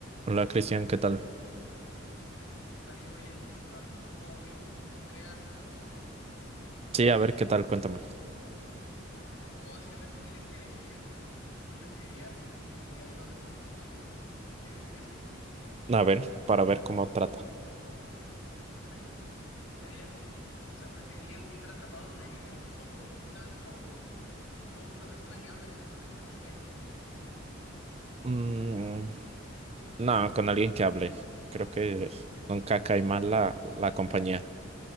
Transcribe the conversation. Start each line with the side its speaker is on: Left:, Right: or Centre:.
Right: Hola Cristian, ¿qué tal?
Left: Hola Diego, bien. Estaba aquí un poco aburrido. ¿Te gustaría hacer un juego?
Right: Sí, a ver, ¿qué tal? Cuéntame.
Left: Mira, este juego básicamente tienes que elegir qué preferirías y hay dos respuestas posibles. ¿Quieres que empiece?
Right: A ver, para ver cómo trata.
Left: Perfecto. ¿Estarías, o sea, preferirías estar atrapado en una isla solo, completamente solo, o con una persona que habla continuamente y no se calla nunca?
Right: Mm, no, con alguien que hable. Creo que nunca cae mal la, la compañía.